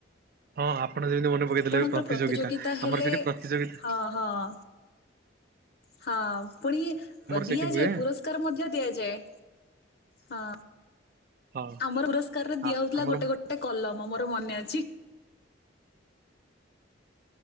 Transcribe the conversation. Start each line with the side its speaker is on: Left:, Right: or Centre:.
Right: ହଁ ଆପଣ ଯେମିତି ମନେ ପକେଇଦେଲେ
Left: ଆପଣଙ୍କର
Right: ପ୍ରତିଯୋଗିତା
Left: ହେଲେ
Right: ଆମର ସେଠି ପ୍ରତିଯୋଗି <inaudible>
Left: ହଁ ହଁ ହଁ ପୁଣି ବ
Right: ସେଇଠି
Left: ଦିଆଯାଏ
Right: ହୁଏ
Left: ପୁରସ୍କାର ମଧ୍ୟ ଦିଆଯାଏ। ହଁ
Right: ହଁ
Left: ଆମର ପୁରସ୍କାରରେ ଦିଆ
Right: ଆ
Left: ହଉଥୁଲା
Right: ଆମର
Left: ଗୋଟେ ଗୋଟେ କଲମ ମ ତ ମନେ ଅଛି।